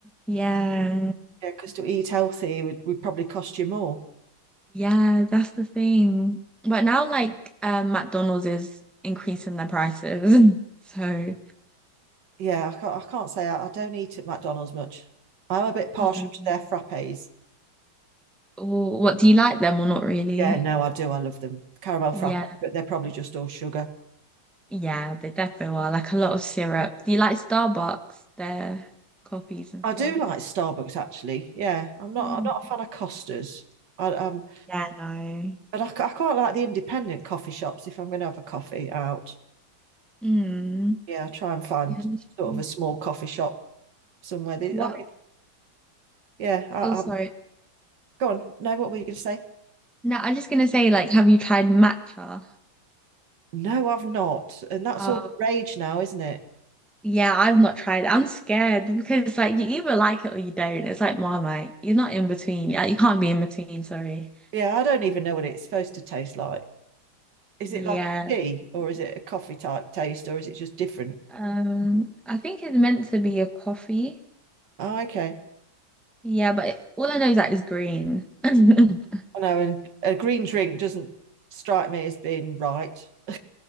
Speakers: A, in the centre; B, on the right.
A: Yeah.
B: Yeah, because to eat healthy would, would probably cost you more.
A: Yeah, that's the thing. But now like um McDonald's is increasing their prices. <laughs> So,
B: Yeah, I can't I can't say I, I don't eat at McDonald's much. I'm a bit partial
A: mm.
B: to their frappes.
A: Or what do you like them or not really?
B: Yeah, no, I do. I love them. Caramel
A: Yeah.
B: frappe, but they're probably just all sugar.
A: Yeah, they definitely are. Like a lot of syrup. Do you like Starbucks, their coffees and
B: I
A: stuff?
B: do like Starbucks actually. Yeah, I'm not.
A: Mm.
B: I'm not a fan of Costas. I um,
A: Yeah, no.
B: but I, I quite like the independent coffee shops if I'm going to have a coffee out.
A: Mm.
B: Yeah, I try and find
A: Yeah, that's
B: sort
A: true.
B: of a small coffee shop somewhere. They-
A: What?
B: I mean, yeah. I,
A: Oh, sorry.
B: I'm go on. No, what were you going to say?
A: No, I'm just gonna say, like, have you tried matcha?
B: No, I've not. And that's
A: Um,
B: all the rage now, isn't it?
A: Yeah, I've not tried. it. I'm scared because it's like you either like it or you don't. It's like Marmite. You're not in between. Yeah, you can't be in between, sorry.
B: Yeah, I don't even know what it's supposed to taste like. Is
A: Yeah.
B: it like a tea or is it a coffee type taste or is it just different?
A: Um, I think it's meant to be a coffee.
B: Oh, okay.
A: Yeah, but all I know is that it's green. <laughs>
B: I know, and a green drink doesn't strike me as being right. <laughs>